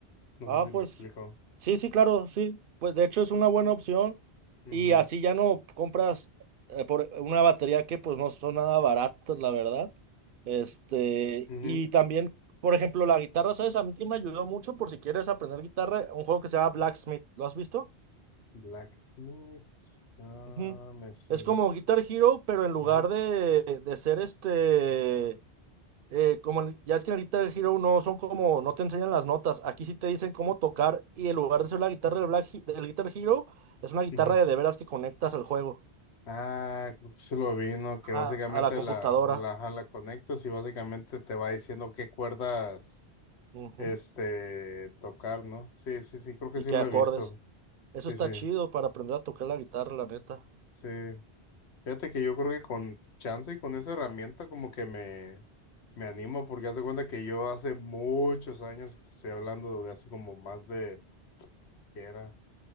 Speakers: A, on the left; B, on the right.
A: No
B: Ah,
A: sé si
B: pues,
A: me explico.
B: sí, sí, claro, sí. Pues de hecho es una buena opción
A: Ujú,
B: y así ya no compras eh, por una batería que pues no son nada baratas, la verdad. Este,
A: ujú.
B: y también, por ejemplo, la guitarra, ¿sabes? A mí que me ayudó mucho por si quieres aprender guitarra, un juego que se llama Blacksmith, ¿lo has visto?
A: Blacksmith. Ah,
B: Ujú.
A: me suena.
B: Es como Guitar Hero, pero en lugar
A: Ah,
B: de, de ser este, eh, como en- ya es que en Guitar Hero no son como, no te enseñan las notas, aquí sí te dicen cómo tocar y en lugar de ser la guitarra del, Black Hi- del Guitar Hero, es una guitarra
A: ujú.
B: de de veras que conectas al juego,
A: Ah, creo que se lo vi, ¿no? Que básicamente
B: a, a la computadora
A: la, la, ajá, la conectas y básicamente te va diciendo qué cuerdas
B: Ujú.
A: este tocar, ¿no? Sí, sí, sí, creo que
B: y
A: sí
B: que
A: lo
B: acordes.
A: he visto.
B: Eso
A: Sí,
B: está
A: sí,
B: chido para aprender a tocar la guitarra, la neta.
A: sí. Fíjate que yo creo que con chance y con esa herramienta como que me, me animo porque haz de cuenta que yo hace muchos años, te estoy hablando de hace como más de que era,